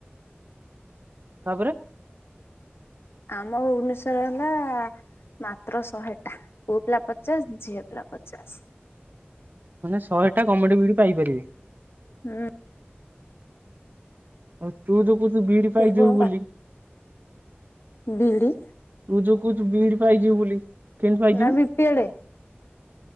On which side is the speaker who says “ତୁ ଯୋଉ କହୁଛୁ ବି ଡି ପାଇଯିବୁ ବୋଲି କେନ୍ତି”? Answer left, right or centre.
Right